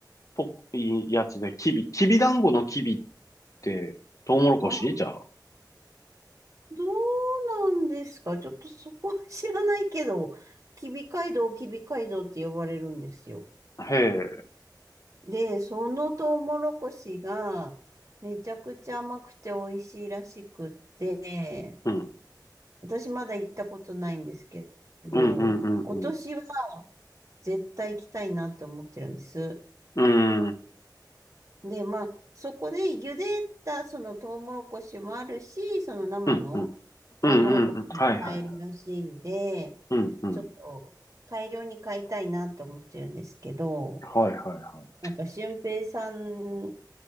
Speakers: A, on the left; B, on the right.
A: ぽいやつでキビ、キビ団子のキビってトウモロコシじゃあ。
B: あ、どうなんですかちょっとそこは知らないけど、キビ街道、キビ街道って呼ばれるんですよ。
A: へえ、
B: で、そのトウモロコシが、めちゃくちゃ甘くて美味しいらしくって、
A: うん、
B: 私まだ行ったことないんですけど、
A: うん、うん、うん、
B: 今年は
A: うん、
B: 絶対行きたいなって思ってるんです。
A: うん、
B: で、まあ、そこで茹でたそのトウモロコシもあるし、その生のトウモロコシも買えるらしいんで、
A: うん、うん、うん、うん、うん、はい、はい、うん、うん、
B: ちょっと大量に買いたいなって思ってるんですけど、
A: はい、はい、はい、
B: なんか俊平さん、